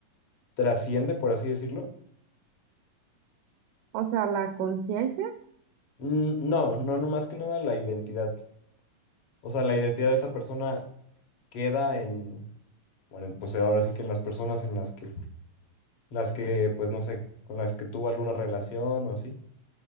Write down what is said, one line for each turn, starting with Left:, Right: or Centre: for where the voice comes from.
Left: trasciende, por así decirlo?
Right: O sea, la conciencia
Left: Mm, No, no, no más que nada la identidad. O sea, la identidad de esa persona queda en, bueno, pues ahora sí que en las personas en las que, las que, pues no sé, con las que tuvo alguna relación o así.